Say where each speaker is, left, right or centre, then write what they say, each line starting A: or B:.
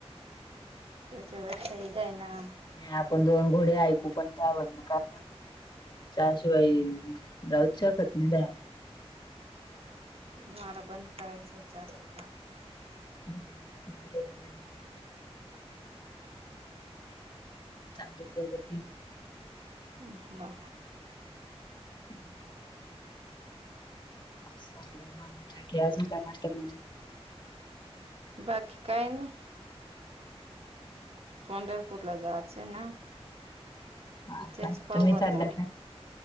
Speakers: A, on the right; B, on the left.
A: ते त वसाय जाय ना
B: नाही आपण दोन घोडे, ऐकू पण त्यावर काय चहाशिवाय राहूच शकत नाही बाई आपण
A: मला बंद करायचं चहा
B: हा बर बर चांगली प्रगती
A: ह् हा
B: हम्म चालेल मग बाकी अजून काय म्हणत मग
A: बाकी काय नाही. पंढरपूर ला जायचं ना
B: हा
A: तेच
B: का
A: पाऊ
B: तुम्ही चालल्या
A: आता
B: काय?